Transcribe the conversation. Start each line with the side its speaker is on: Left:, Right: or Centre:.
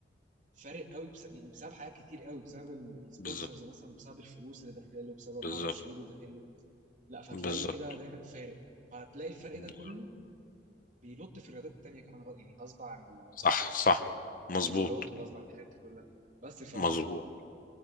Right: الفارق قوي بس يعني بسبب حاجات كتير قوي بسبب ال- السبونسرز
Left: بالظبط
Right: مثلا بسبب الفلوس اللي داخله بسبب
Left: بالظبط
Right: ما أعرفش إيه اللي داخله لا فتلاقيه
Left: بالظبط
Right: كده دايما فارق فهتلاقي الفرق
Left: بالظبط.
Right: ده كله بينط في الرياضات التانية كمان غ- يعني غصب عن
Left: صح صح مظبوط
Right: الوزارات وغصب عن الحاجات دي كلها بس فكان
Left: مظبوط